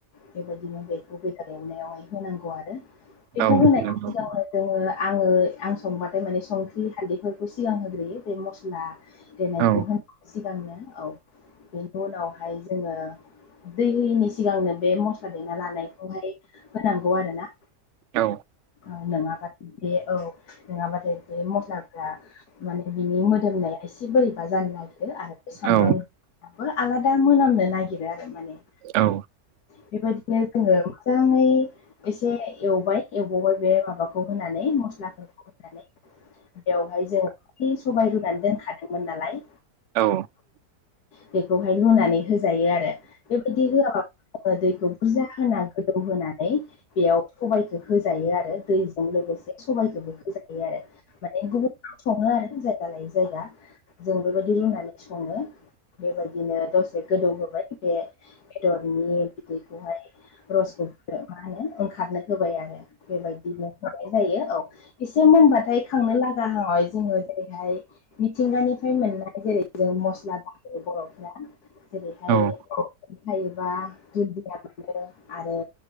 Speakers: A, on the left; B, on the right.
A: बेबायदिनो बेखौ बेदर एवनायावहाय होनांगौ आरो। बेखौ
B: औ नंगौ औ
A: होनाय <unintelligible>
B: नंगौ
A: जोङो आङो आं संबाथाय माने संख्रि हाल्दैफोरखौ सिगां होग्रोयो बे मस्ला देनायखौ
B: औ
A: होनो सिगांनो औ, बेनि उनावहाय जोङो दै होयिनि सिगांनो बे मस्ला दैना लानायखौहाय होनांगौ आरो ना।
B: औ।
A: औ नङाबथाय बे औ, नङाबाथाय बे मस्लाफ्रा माने बिनि मोदोमनाया एसे बोरैबा जानो नागिरो आरो। बे सामब्रामाबो
B: औ
A: आलादा मोनामनो नागिरो आरो माने।
B: औ।
A: बेबायदिनो जोङो मोजाङै एसे एवबाय एवबावबाय बे माबाखौ होनानै मस्लाफोरखौ होनानै। बेवहाय जों खा सबाय रुनानै दोनखादोंमोन नालाय।
B: औ।
A: बेखौहाय लुनानै होजायो आरो। बेबायदि होआबा जङो दैखौ बुरजा होनानै गोदौ होनानै बेयाव सबाइखौ होजायो आरो दैजों लोगोसे सबाइखौबो होजायो आरो। माने गुबुन सङो आरो जायगा लायै जायगा। जों बेबायदि रुनानै सङो बेबायदिनो दसे गोदौ होबाय। बे बेदरनि बिनिखौहाय रसखौ मा होनो ओंखारनो होबाय आरो बेबायदिनो होनाय जायो औ। एसे मोनबाथाय खांनो लागााहाव जोङो जेरैहाय मिथिंगानिफ्राय मोननाय जेरै जों मस्ला दायोायो बर'फ्रा, जेरैहाय
B: औ
A: थायोबा ददिया मोनो आरो